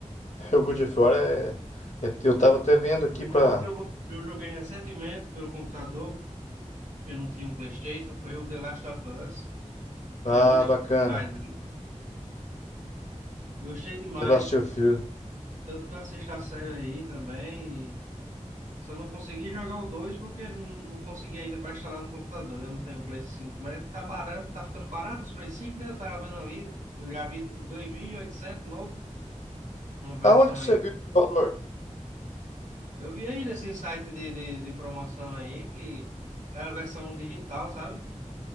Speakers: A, on the left (about 70°); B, on the right (about 75°).
A: <laughs> O God of War é... é- Eu tava até vendo aqui pra...
B: Um jogo que eu, eu joguei recentemente pelo computador eu não tinha um PlayStation, foi o The Last of Us.
A: Ah,
B: E gostei
A: bacana.
B: demais, viu? Gostei demais.
A: The Last of Us.
B: Tanto que eu assisto a série aí também. E só não consegui jogar o 2 porque não, não consegui ainda para instalar no computador. Eu não tenho o Play cinco Mas tá barato, tá ficando barato os Play cinco né? Eu tava vendo ali. Eu já vi de 2.800 novo, uma versão
A: Aonde que você
B: aí.
A: viu esse valor?
B: Eu vi aí nesse site de, de, de promoção aí que era a versão digital, sabe?